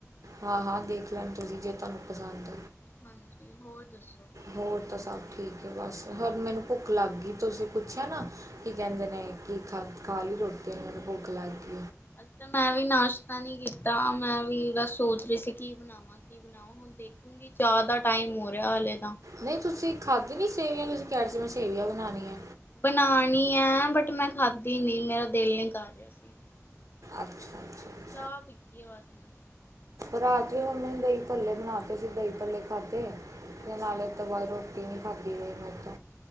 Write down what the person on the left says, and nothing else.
ਹਾਂਜੀ, ਹੋਰ ਦੱਸੋ।
ਅੱਜ ਤਾਂ ਮੈਂ ਵੀ ਨਾਸ਼ਤਾ ਨਹੀਂ ਕੀਤਾ। ਮੈਂ ਵੀ ਸੋਚ ਰਹੀ ਸੀ‌। ਕੀ ਬਣਾਵਾਂ ਕੀ ਬਣਾਵਾਂ? ਹੁਣ ਦੇਖੂਗੀ ਚਾਹ ਦਾ ਟਾਈਮ ਹੋ ਰਿਹਾ। ਹਾਲੇ ਤਾਂ
ਬਣਾਣੀ ਹੈ। ਬਟ ਮੈਂ ਖਾਧੀ ਨੀ ਮੇਰਾ ਦਿਲ ਨੀ ਕਰ ਰਿਹਾ। ਸੀ
ਚਾਹ ਪੀਤੀ ਆ। ਬਸ।
ਅੱਛਾ